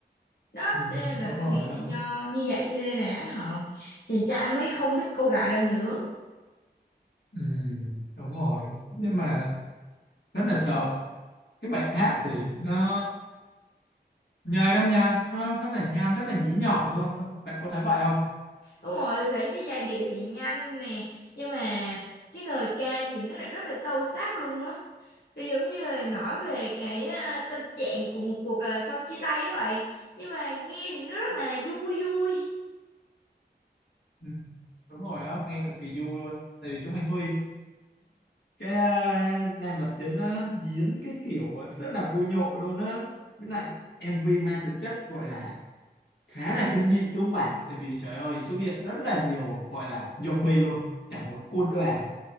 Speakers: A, on the left; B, on the left.
A: đó
B: ừ,
A: cho nên là
B: đúng
A: tôi
B: rồi
A: nghĩ
B: á
A: là do như vậy cho nên là họ chàng trai mới không thích cô gái đó nữa
B: ừ, đúng rồi nhưng mà rất là sợ cái bài hát thì nó nhây lắm nha nó rất là nhanh rất là nhí nhỏm luôn bạn có thấy vậy không
A: Đúng rồi, tôi thấy cái giai điệu thì nhanh nè, nhưng mà cái lời ca thì nó lại rất là sâu sắc luôn á. Nó giống như là nói về cái à, tâm trạng của một cuộc à, sau chia tay các bạn. Nhưng mà nghe thì nó rất là vui vui.
B: ừ, đúng rồi á nghe cực kỳ vui luôn tại vì trong MV cái à, nam vật chính á diễn cái kiểu rất là vui nhộn luôn á với lại MV mang tính chất gọi là khá là kinh dị đúng không bạn tại vì trời ơi xuất hiện rất là nhiều gọi là zombie luôn cả một quân đoàn